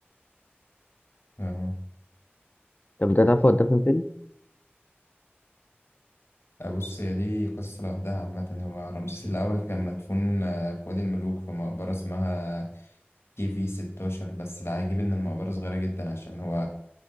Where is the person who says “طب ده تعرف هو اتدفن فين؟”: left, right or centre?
Left